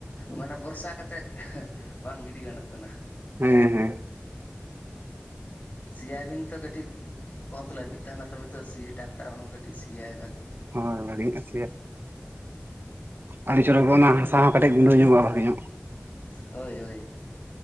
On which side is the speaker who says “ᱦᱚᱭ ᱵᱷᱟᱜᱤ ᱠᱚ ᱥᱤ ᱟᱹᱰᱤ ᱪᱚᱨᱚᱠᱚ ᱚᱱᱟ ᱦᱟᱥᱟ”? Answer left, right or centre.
Right